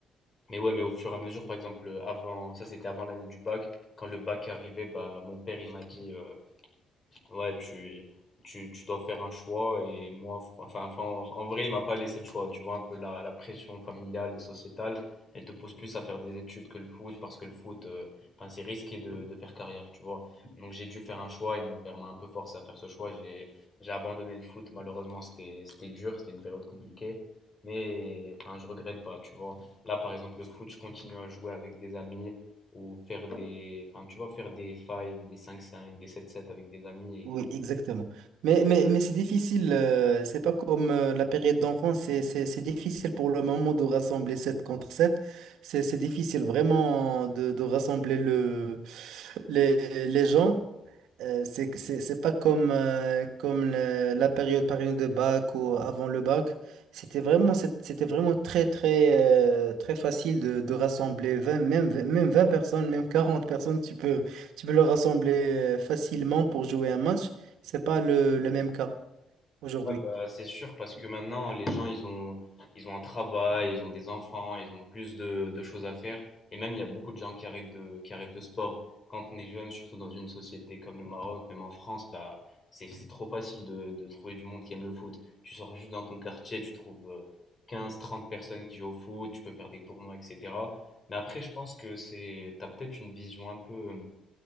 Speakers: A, on the left; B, on the right.
A: Mais ouais, mais au fur et à mesure, par exemple, avant, ça c'était avant l'année du bac, quand le bac arrivait, bah, mon père il m'a dit. euh, Ouais, tu, tu, tu dois faire un choix et moi, fr- enfin, enfin, en, en vrai, il m'a pas laissé le choix. Tu vois, un peu la, la pression familiale et sociétale, elle te pousse plus à faire des études que le foot parce que le foot, euh, enfin, c'est risqué de, de faire carrière, tu vois. Donc j'ai dû faire un choix et mon père m'a un peu forcé à faire ce choix. J'ai, j'ai abandonné le foot, malheureusement, c'était, c'était dur, c'était une période compliquée. Mais enfin, je regrette pas, tu vois. Là, par exemple, le foot, je continue à jouer avec des amis ou faire des, enfin, tu vois, faire des 5, des cinq cinq des sept sept avec des amis. Et...
B: Oui, exactement. Mais, mais, mais c'est difficile, euh, c'est pas comme euh, la période d'enfance, c'est c'est- c'est difficile pour le moment de rassembler 7 contre 7. C'est c'est difficile vraiment de, de rassembler le, les, les gens. Euh, c'est, c'est, c'est pas comme, euh, comme le- la période par exemple, de bac ou avant le bac. C'était vraiment, c'est- c'était vraiment très, très, euh, très facile de, de rassembler vingt même, vingt même 20 personnes, même 40 personnes. Tu peux, tu peux les rassembler euh, facilement pour jouer un match. C'est pas le, le même cas aujourd'hui.
A: Ouais, bah, c'est sûr, parce que maintenant, les gens, ils ont, ils ont un travail, ils ont des enfants, ils ont plus de, de choses à faire. Et même, il y a beaucoup de gens qui arrêtent, de, qui arrêtent le sport. Quand on est jeune, surtout dans une société comme le Maroc, même en France, bah, c'est, c'est trop facile de, de trouver du monde qui aime le foot. Tu sors juste dans ton quartier, tu trouves euh, 15, 30 personnes qui jouent au foot, tu peux faire des tournois, etc. Mais après, je pense que c'est, t'as peut-être une vision un peu, euh,